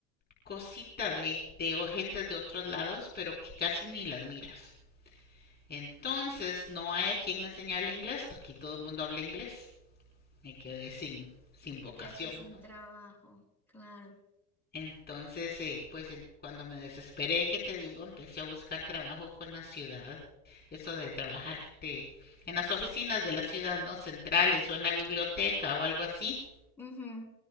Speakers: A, on the left; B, in the centre.
A: cosita de, de o- gente de otros lados, pero que casi ni las miras. Entonces no hay a quien enseñarle inglés. Aquí todo el mundo habla inglés. Me quedé sin, sin
B: Te
A: vocación,
B: quedaste sin
A: ¿no?
B: trabajo. Claro.
A: Entonces, eh, pues en- cuando me desesperé, que te digo, empecé a buscar trabajo con la ciudad. Eso de trabajar de- en las oficinas de la ciudad, ¿no? Centrales o en la biblioteca o algo así.
B: Ujú.